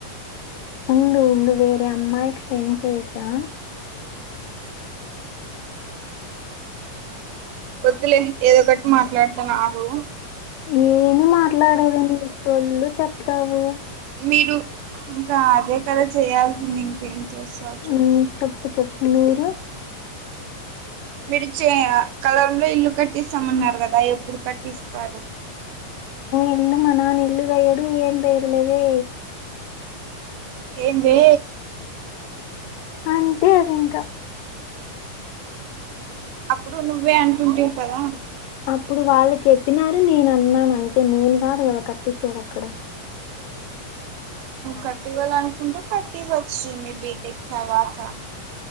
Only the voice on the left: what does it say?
ఉండు ఉండు వేరే అమ్మాయికి సెండ్ చేసా
ఏమి మాట్లాడవు లే సొల్లు చెప్తావు
ఉమ్, చెప్పు మీరు
ఇల్లు మా నాన్న ఇల్లు గయడు ఏం దైడు లే వే
అంటే ఇంకా
అప్పుడు వాళ్ళు చెప్పినారు నేనన్నాను అంతే నేను గాదు గదా కట్టిచ్చేది అక్కడ